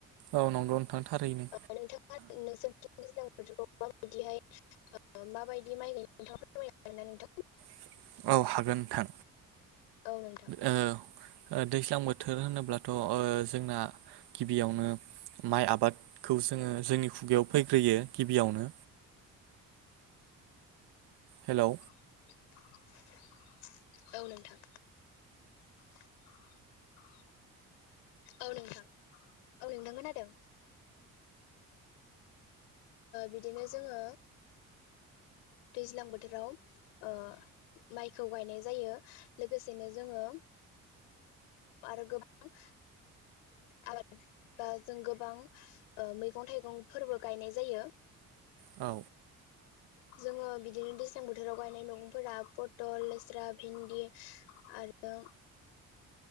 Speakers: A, on the right; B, on the left.
A: औ नंगौ नोथां थारैनो
B: जायो नोंथाङा नोंसोरनिथिं दैज्लां माबायदिहाय माबायदि माइ गायनो नोंथाङ फोरमायनो हागोन ना नोंथां
A: <inaudible> औ हागोन नोंथां
B: नोंथां?
A: औ। ओह दैज्लां बोथोर होनोब्लाथ ओह जोंना गिबियावनो माइ आबादखौ जोंङो जोंनि खुगायाव फैग्रोयो गिबियावनो। हेलौ।
B: <unintelligible> औ नोंथां। <inaudible> औ नोंथां औ नोंथां खोनादों बिदिनो जोंङो दैज्लां बोथोराव अ माइ खौ गायनाय जायो लोगोसेनो जोंङो आरो गोबां आबाद बा जों गोबां मैगं थाइगं फोरबो गायनाय जायो
A: औ
B: जोंङो बिदिनो दैज्लां बोथोराव गायनाय मैगंफोरा पथल लेस्रा भिन्दि आरो